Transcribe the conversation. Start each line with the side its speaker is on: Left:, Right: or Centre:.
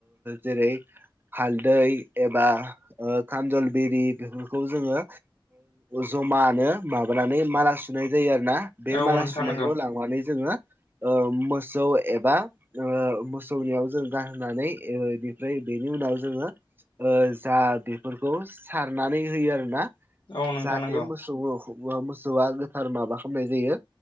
Right: जेरै हालदै एबा खानजल बिरि बेफोरखौ जोङो जमानो माबानानै माला सुनाय जायो आरो ना बे
Left: औ
Right: माला
Left: नोंथां
Right: सुनाय
Left: नंगौ
Right: जोङो मोसौ एबा मोसौनियाव जों गानहोनानै बेनिफ्राय बेनि उनाव जोङो जा बेफोरखौ सारनानै होयो आरो ना
Left: औ नोंथां
Right: जाहाथे
Left: नंगौ
Right: मोसौ मोसौआ गोथार माबा खालामनाय जायो